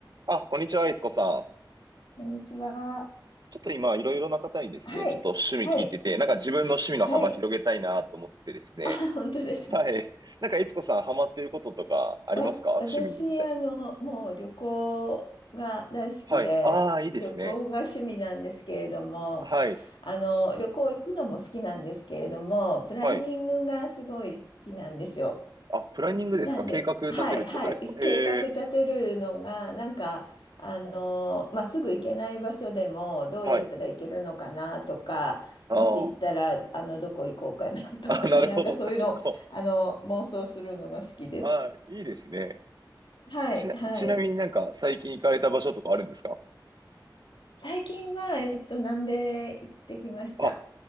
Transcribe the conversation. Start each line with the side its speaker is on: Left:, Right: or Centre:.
Right: あ、こんにちは、いつこさん。
Left: こんにちは。
Right: ちょっと今、いろいろな方にですね、
Left: はい。
Right: ちょっと趣味聞いてて、
Left: はい。
Right: なんか自分の趣味の幅広げたいなと思っててですね。
Left: はい。あ、本当ですか。
Right: はい。なんか、いつこさん、ハマっていることとかありますか趣味みたいな。
Left: あ、私、あの、もう旅行が大好きで、
Right: はい。ああ、いいですね。
Left: 旅行が趣味なんですけれども、
Right: はい。
Left: あの、旅行行くのも好きなんですけれども、プランニングがすごい好きなんですよ。
Right: はい。あ、プランニングですか計画立てるってことですかへえ。
Left: なんで、はい、はい、計画立てるのが、なんか、あのーまあ、すぐ行けない場所でも、どうやったら行けるのかなとか、
Right: はい。ああ。
Left: もし行ったら、あの、どこ行こうかなとか、
Right: あ、なるほど。
Left: <laughs> なんかそういうのを、
Right: あ、結構。
Left: あの、妄想するのが好きです。
Right: ああ、いいですね。
Left: はい、
Right: ちな、
Left: はい。
Right: ちなみになんか、最近行かれた場所とかあるんですか
Left: 最近は、えっと、南米行ってきました。
Right: あ、